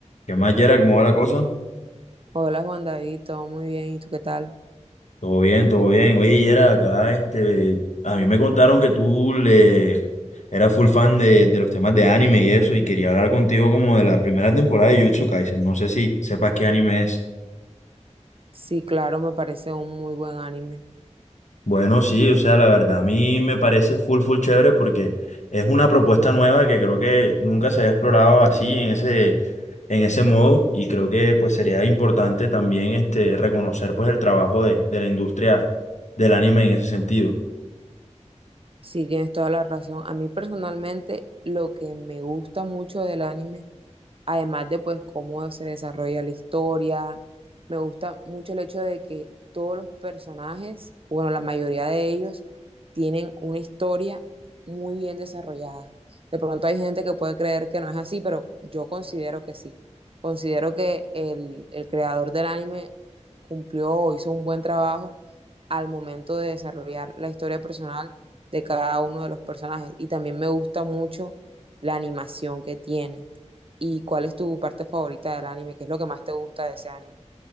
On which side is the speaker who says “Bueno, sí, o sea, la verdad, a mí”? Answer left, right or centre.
Left